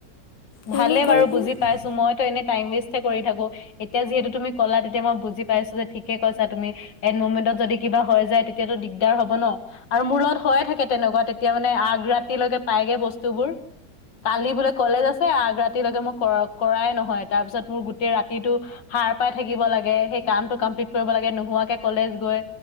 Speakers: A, on the left; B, on the left.
A: সেইবোৰ
B: ভালেই বাৰু
A: কৰি পিনে
B: বুজি পাইছো মইতো এনে টাইম ৱেষ্ট কৰি থাকো এতিয়া যিহেতু তুমি কলা তেতিয়া মই বুজি পাইছো যে ঠিকে কৈছা তুমি এন মমেণ্টত যদি কিবা হয় যায় তেতিয়াতো দিগদাৰ হব ন আৰু মোৰ লগত হয়য়ে থাকে তেনেকুৱা তে- এতিয়া মানে আগ ৰাতিলৈকে পাইগে বস্তুবোৰ কালি বোলে কলেজ আছ- আগ ৰাতিলৈকে মই কৰাই নহয় তাৰপিছত মোৰ গোটেই ৰাতিটো সাৰ পাই থাকিব লাগে সেই কামটো কমপ্লিট কৰিব লাগে নোহোৱাকে কলেজ গৈ